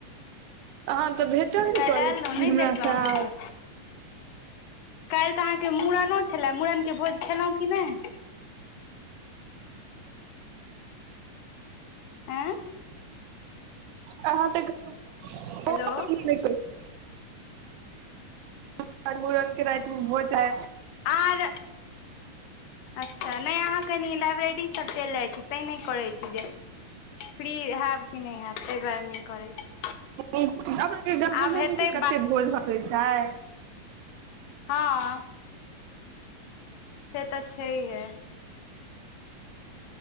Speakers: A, on the right; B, on the left.
A: अहाँ तऽ भेटब नहि
B: काल्हि
A: करैत
B: आयल रहौँ
A: छीिय
B: नहि
A: हमर
B: देखलहुँ
A: सा
B: अहाँके
A: आउ
B: काल्हि तऽ अहाँके मुूड़नो छलए मुूड़न के भोज खेलहुॅं की नहि आँय
A: अहाँ तऽ कहहियौ
B: हेलो
A: न्ई कुछ तहन मुड़नके रातिमे भोज हायत
B: आर अच्छा नहि अहाँ कनि लाइब्रेरीसभ चलि जाइत छी तैं नहि करैत छी जे फ्री हयब कि नहि हयब तहि दुआरे नहि करैत छी
A: अपना सबकें बुझैत
B: आब हेतै
A: नहि छै कते भोज भात होइत छै
B: हाँ से तऽ छैहे